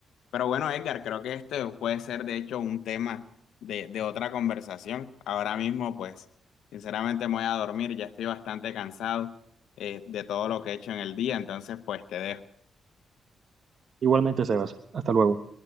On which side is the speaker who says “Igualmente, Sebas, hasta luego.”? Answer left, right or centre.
Right